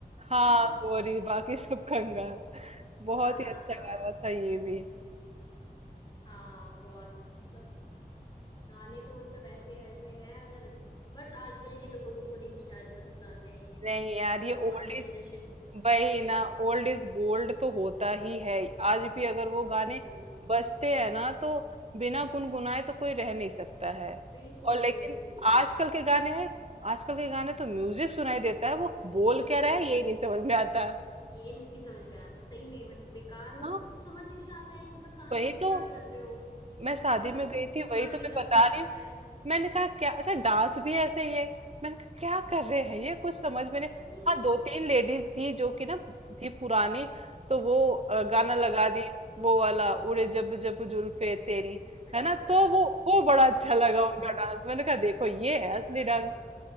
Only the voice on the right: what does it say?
हाँ
गोरी बाकी
सब कंगाल बहुत
ही
अच्छा
गाना था ये भी
नहीं यार
ये
ओल्ड
इज
वही
ना ओल्ड इज गोल्ड तो होता ही है आज भी अगर वो
गाने बजते हैं ना तो बिना गुनगुनाए तो कोई रह नहीं सकता है
और लेकिन
आजकल के गाने हैं आजकल के गाने तो म्यूजिक सुनाई देता है वो बोल
क्या रहा है यही नहीं समझ में आता
हाँ
वही
तो
मैं शादी
में गई थी
वही
तो मैं बता
रही
हूँ
मैंने कहा क्या अच्छा डांस भी ऐसे ही है मैंने कहा क्या कर रहे हैं ये कुछ समझ में नहीं
हाँ दो तीन लेडीज थी जो कि ना थी पुरानी तो वो अ, गाना
लगा दी वो वाला उड़े जब जब जुल्फे तेरी
है ना तो वो वो बड़ा अच्छा लगा
उनका डांस मैंने कहा देखो ये है असली
डांस